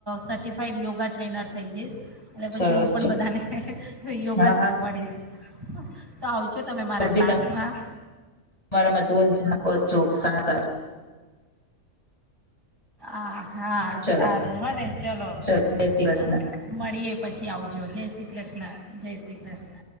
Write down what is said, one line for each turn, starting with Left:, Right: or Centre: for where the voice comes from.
Right: સર્ટિફાઈડ યોગા ટ્રેનર થઈ જઈશ. એટ પછી
Left: સરસ
Right: હું પણ
Left: છે
Right: બધાને યોગા
Left: હા
Right: શીખવાડીશ.
Left: હા
Right: તો આવજો તમે મારા
Left: <unintelligible>
Right: ક્લાસમાં
Left: બરાબર જો ને બસ જુઓ બધા સારા
Right: આ હા,
Left: ચલો
Right: સારું હ ને ચલો
Left: જય શ્રી કૃષ્ણ
Right: તો મળીએ. પછી આવું જ જય શ્રી કૃષ્ણ. જય શ્રી કૃષ્ણ.